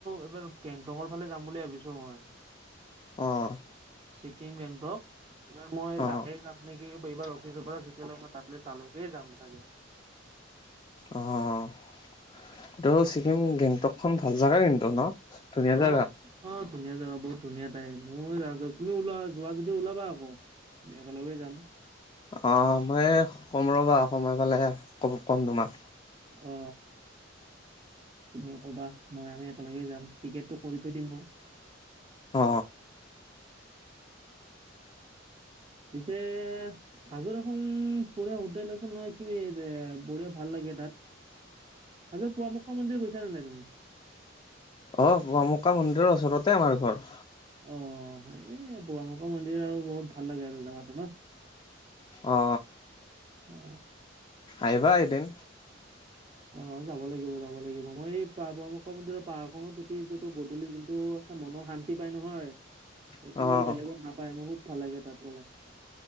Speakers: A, on the right; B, on the left.
A: এইবাৰ কেংটঙৰ ফালে যাম বুলি ভাবিছোঁ মই।
B: অ'।
A: চিকিম বেংতক, এইবাৰ মই
B: অ',
A: তাতে যাম নেকি এইবাৰ অফিচৰ পৰা চুটিলৈ মই তাত লৈ তালৈকে যাম চাগে।
B: অ'। এইটো ছিকিম গেংটকখন ভাল জোগা কিন্তু ন' ধুনীয়া জেগা।
A: অ অ' ধুনীয়া জাবা বহুত ধুনীয়া তাই মই যওঁ তুমি ওলোৱা যোৱা যদি ওলাবা আকৌ। মে একেলগে যাম।
B: অ মই ক'ম ৰ'বা সময় পালে ক ক'ম তোমাক
A: অ তুমি কবা মই আমি একেলগে যাম টিকেটটো কৰি থৈ দিম মই
B: অ
A: এছে হাজত এখন ফঢা হোটেল আছে নহয় কি বঢ়িয়া ভাল লাগে তাত আাত পুৱামুকা মন্দিৰ গৈছ নাই তুমি
B: অঁ বামুকা মন্দিৰৰ ওচৰতে আমাৰ ঘৰ
A: অ এই বৱামকা মন্দিৰ আৰু বহুত ভাল লাগে আৰু জাগাটো ন
B: অ
A: অ
B: আহিবা এদিন
A: অ যাব লাগিব যাব লাগিব মই এই পৰাম্া মন্দিৰৰ পাহাৰখনত উঠি যোনটো গধূলি যোনটো এটা মনৰ শান্তি পাই নহয়
B: <inaudible>
A: সেইটো
B: অ',
A: আৰু বেলেগত নাপায় মোৰ খুব ভাল লাগে তাত গলে